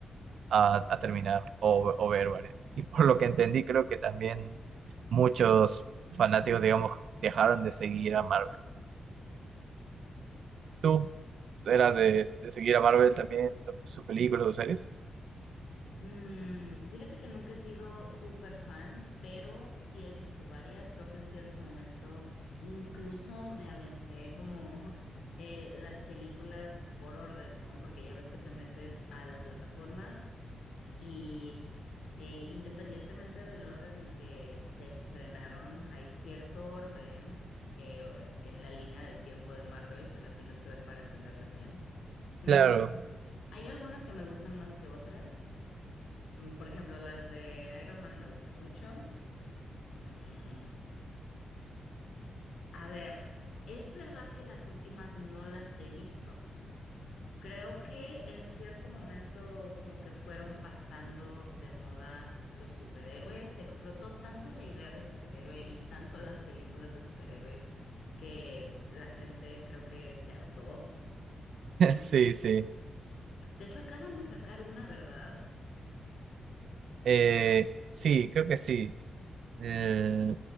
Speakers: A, on the right; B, on the left.
A: a, a terminar o, o ver varias. Y por lo que entendí, creo que también muchos fanáticos, digamos, dejaron de seguir a Marvel. ¿Tú eras de, de seguir a Marvel también, sus películas, sus series?
B: Mm, fíjate que nunca he sido súper fan, pero sí he visto varias. Creo que en cierto momento incluso me aventé como <laughs> eh, las películas por orden, ¿no? Porque ya ves que te metes a la plataforma y eh, independientemente del orden en que se estrenaron, hay cierto orden eh, en la línea del tiempo de Marvel que las tienes que ver para entenderles bien. Mm,
A: Claro,
B: hay algunas que me gustan más que otras. Mm, Por ejemplo, las de Iron Man me gustan mucho. Mm, a ver, es verdad que las últimas no las he visto. Creo que en cierto momento como que fueron pasando de moda los superhéroes. Se explotó tanto la idea del superhéroe y tanto las películas de superhéroes que la gente creo que se hartó. Mm,
A: <laughs> sí, sí.
B: De hecho, acaban de sacar una, ¿verdad?
A: Eh, sí, creo que sí. Eh,